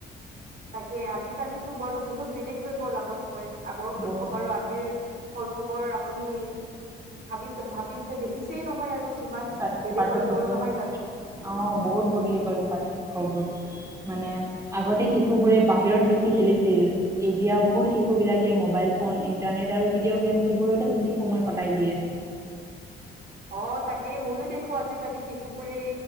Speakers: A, on the right; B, on the right.
A: তাকে আজিকালিটো বাৰু বহুত বেলেগ হৈ গ'ল আগতকৈ, আগৰ শৈশৱ
B: বহুত
A: আৰু আজিৰ শৈশৱৰ আপুনি ভাবিছে, ভাবিছে দেখিছেই নহয় আৰু কিমান
B: পাৰ্থ-
A: বেলেগ
B: পাৰ্থক্যটো
A: হৈ গ'ল নহয় জানো?
B: অ', বহুত বদলি গ'ল পাৰ্থক্য বোৰ। মানে আগতে শিশুবোৰে বাহিৰত বেছি খেলিছিল এতিয়া বহুত শিশু বিলাকে মোবাইল পোন, ইণ্টাৰনেট আৰু ভিডিঅ' গেমছ সেইবোৰতে বেছি সময় কটাই দিয়ে।
A: অ তাকে মইয়ো দেখো আজিকালি শিশুবোৰে